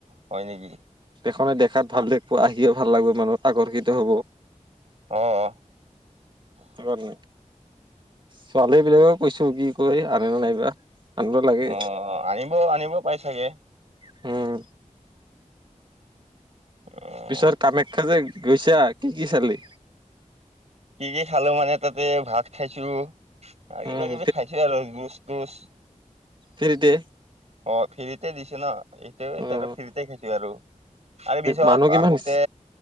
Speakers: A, on the right; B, on the right.
A: হয় নেকি।
B: দেখনে দেখাত ভাল
A: অ',
B: লাগিব আহিয়ে ভাল লাগিব মানুহ আকৰ্ষিত হব।
A: অ'।
B: ছোৱানি <unintelligible> ছোৱালী বিলাকক। কৈছো কি কয় আনেনে নাইবা। আনিব লাগে
A: অ আনিব আনিব পাই চাগে।
B: হম।
A: অ'।
B: পিছত কামাখ্যা যে গৈছা কি কি চালি।
A: কি কি খালো মানে তাতে ভাত খাইছো। আৰু
B: উম
A: কিবা কিবি খাইছে আৰু জুচ তুচ।
B: ফ্ৰীতে
A: অ ফ্ৰীতে দিছে ন এইটোয়ে
B: উম
A: ফ্ৰীতে দিছে আৰু তাৰ পিছত
B: মানুহ কিমান
A: আহোতে
B: হৈছে?